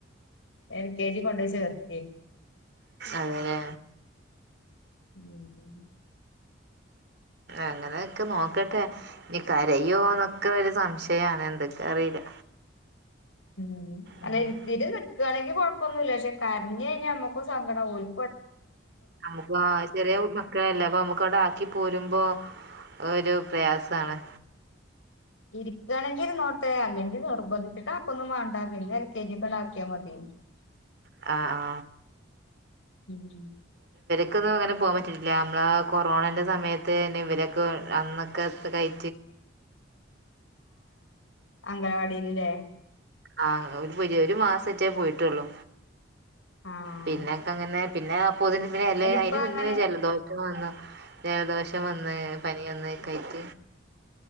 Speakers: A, on the left; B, on the right.
A: എൽ കെ ജി കൊണ്ടപോയി ചേർത്തെ.
B: അതല്ലേ
A: ഉം
B: അങ്ങനെയൊക്കെ നോക്കട്ടെ, ഇനി കരയോന്നൊക്കെ ഒരു സംശയാണ്. അറിയില്ല
A: ഉം,
B: ഉം
A: എൽ, കെ, ജി നിക്കുകയാണെങ്കിൽ കൊഴപ്പൊന്നു ഇല്ല, പക്ഷെ കരഞ്ഞ് കഴിഞ്ഞാ നമ്മുക്ക് സങ്കടം ആവും ഉം
B: നമുക്ക് ചെറിയ ഒരുരു മക്കളല്ലേ അപ്പൊ നമ്മുക്ക് അവിടെ ആക്കി പോരുമ്പോ ഒരു പ്രയാസാണ്
A: ഇരിക്കയാണെങ്കിൽ ഇരുന്നോട്ടെ, അല്ലെങ്കിൽ നിർബന്ധിച്ചിട്ട് ആക്കൊന്നും വേണ്ടാ പിന്നെ എൽ കെ ജി ലോട്ട് ആക്കിയാ മതി. <unintelligible>
B: ആ, ആ
A: ഉം
B: നമുക്കൊന്നും അങ്ങനെ പോകാൻ പറ്റിട്ടില്ല, നമ്മള് കൊറോണന്റെ സമയത്തന്നെ ഇവരൊക്കെ അന്നൊക്കെ കഴ്
A: <unintelligible> അംഗനവാടിയിലില്ലേ
B: ആ, ഒരു ഒരു മാസറ്റേ പോയിട്ടുള്ളു
A: ആഹ്
B: പിന്നക്കെ അങ്ങനെ പിന്നെ അപ്പോതിന്
A: അയിനിപ്പ
B: അതിന് മുന്നേ
A: അങ്ങനെ
B: ജലദോഷം വന്നു, ജലദോഷം വന്ന് പനി വന്ന് കയറ്റ